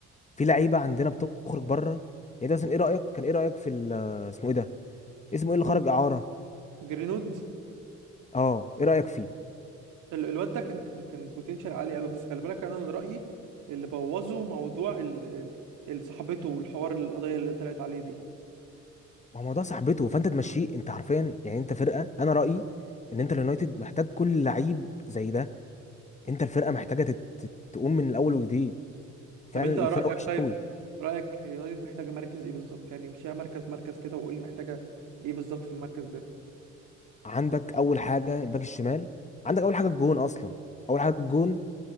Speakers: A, on the left; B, on the right.
A: في لعيبة عندنا بتخرج بره يعني ده مثلا إيه رأيك كان إيه رأيك في ال- آه، اسمه إيه ده اسمه إيه اللي خرج إعارة
B: جرينوود
A: أه إيه رأيك فيه
B: ال- الواد ده كان كان كان بوتنشال عالي قوي بس خلي بالك انا من رأيي اللي بوظه موضوع ال ال ال- صاحبته والحوار القضية اللي طلعت عليه دي
A: ما هو الموضوع صاحبته فأنت تمشيه أنت عارفين يعني أنت فرقة أنا رأيي إن أنت اليونايتد محتاج كل لعيب زي ده أنت الفرقة محتاجة تت- تت- تقوم من الأول وجديد
B: طب
A: فعلا
B: انت
A: الفرقة
B: رأيك
A: وحشة
B: طيب
A: قوي
B: رأيك يونايتد محتاجة مركز ايه بالظبط؟ يعني امشيها مركز مركز كده وقول لي محتاجة ايه بالظبط في المركز ده
A: عندك اول حاجه الباك الشمال عندك اول حاجه الجون اصلا اول حاجه الجون